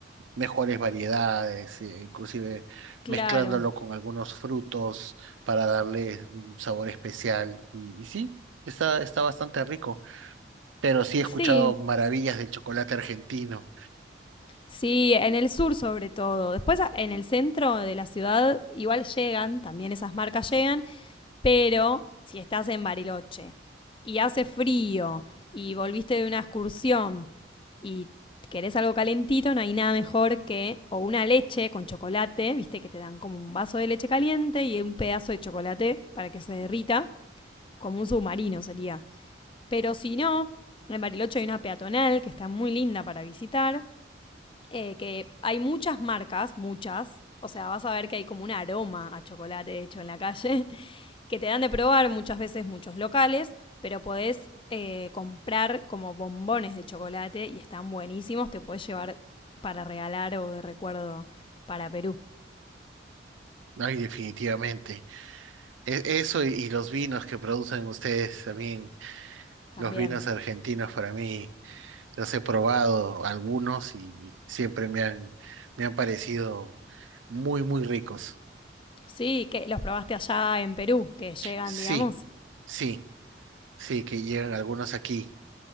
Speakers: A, on the right (about 80°); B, on the left (about 25°).
A: mejores variedades, eh, inclusive
B: Claro.
A: mezclándolo con algunos frutos para darle un sabor especial. Y, y sí, está, está bastante rico. Pero sí he
B: Sí,
A: escuchado maravillas del chocolate argentino.
B: sí, en el sur sobre todo. Después a- en el centro de la ciudad igual llegan, también esas marcas llegan, pero si estás en Bariloche y hace frío y volviste de una excursión y querés algo calentito, no hay nada mejor que o una leche con chocolate, viste que te dan como un vaso de leche caliente y un pedazo de chocolate para que se derrita, como un submarino sería. Pero si no, en Bariloche hay una peatonal que está muy linda para visitar eh, que hay muchas marcas, muchas. O sea, vas a ver que hay como un aroma a chocolate de hecho en la calle, <laughs> que te dan de probar muchas veces muchos locales, pero podés eh, comprar como bombones de chocolate y están buenísimos, te podés llevar para regalar o de recuerdo para Perú
A: Ay, definitivamente. E- Eso y, y los vinos que producen ustedes también,
B: también.
A: los vinos argentinos para mí, los he probado algunos y siempre me han, me han parecido muy, muy ricos.
B: Sí, que los probaste allá en Perú, que llegan,
A: Sí,
B: digamos.
A: sí, sí, que llegan algunos aquí